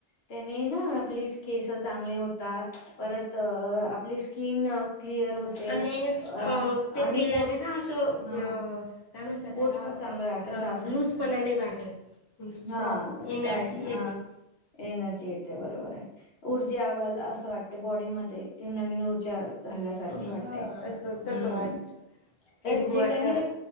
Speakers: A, on the left; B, on the left.
A: त्यांनी ना आपली केस चांगले होतात परत, तर आपली स्किन क्लिअर होते
B: आणि
A: आणि.
B: ते पिल्याने ना असं
A: हा
B: अ काय म्हणत
A: पोट
B: त्याला
A: पण चांगलं राहते
B: अ
A: साफ.
B: लूजपणा नाही वाटत. स्ट्रॉग
A: हा
B: एनर्जी
A: काय हा
B: येते.
A: एनर्जी येते बरोबर आहे. ऊर्जा आवाला असं वाटतं बॉडी मध्यें ध्येय एकदम नवीन ऊर्जा झाल्यासारखी वाटतें
B: हा
A: हम्म
B: असं तसं वाटत की
A: तर
B: भू
A: जे
B: आता
A: कणी